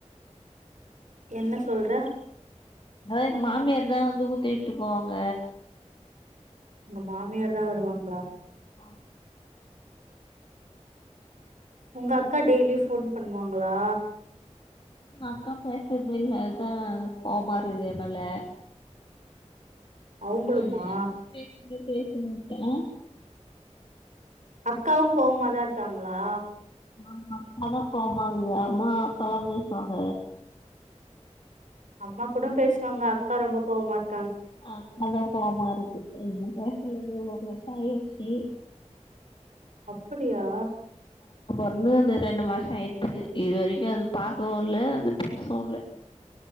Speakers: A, on the right (about 85°); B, on the left (about 45°).
A: என்ன சொல்ற
B: அதான் மாமியார் தான் வந்து ஊத்தட்டு போவாங்க
A: உங்க மாமியார் தான் வருவாங்க
B: ம் ஆஹ்
A: உங்க அக்கா டெய்லி போன் பண்ணுவாங்களா
B: ஆ அக்கா பேசுறது இல்ல அதுதான் கோவமா இருது என் மேல
A: அவங்களுமா
B: அ அப்போ பேச பேச க்க
A: அக்காவும் கோவமாதான் இருக்காங்களா
B: ஆமா அக்க தான் கோவமாகீதுஅம்மா அப்பல்லாம் பேசுவாங்க
A: அம்மா கூட பேசுவாங்க அக்கா ரொம்ப கோபமா இருக்கு
B: ஆஹ் அதான் கோபமா இருக்கு என் இல்லது ஒரு வர்சம் ஆயிடுச்சு
A: அப்படியா
B: வந்து அந்த ரெண்டு மாசம் ஆயித்து இது வரைக்கும் அது பாக்கவும் இல் அது பேசவும்ல்ல